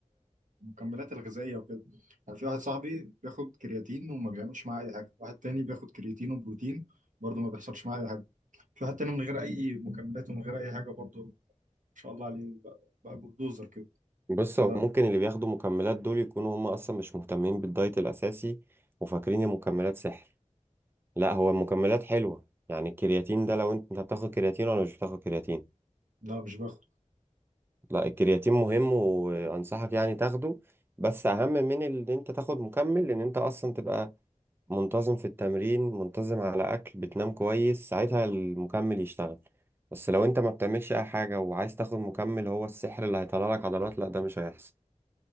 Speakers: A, on the right; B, on the right.
A: المكملات الغذائيه وكده يعني في واحد صاحبي بياخد كرياتين وما بيعملش معاه اي حاجه واحد تاني بياخد كرياتين وبروتين برضه ما بيحصلش معاه اي حاجه في واحد تاني من غير اي مكملات ومن غير اي حاجه برضه ما شاء الله عليه بقى, بقى بلدوزر كده
B: بص
A: ف
B: هو ممكن اللي بياخدوا مكملات دول يكونوا هم اصلا مش مهتمين بالدايت الاساسي وفاكرين المكملات سحر لا هو المكملات حلوة يعني الكرياتين ده لو انت أنت بتاخد كرياتين ولا مش بتاخد كرياتين
A: لا مش باخد
B: لا الكرياتين مهم وانصحك يعني تاخده بس اهم من ان انت تاخد مكمل ان انت اصلا تبقى منتظم في التمرين منتظم على أكل بتنام كويس ساعتها المكمل يشتغل بس لو أنت ما بتعملش أي حاجة وعايز تاخد مكمل هو السحر اللي هيطلع لك عضلات لا ده مش هيحصل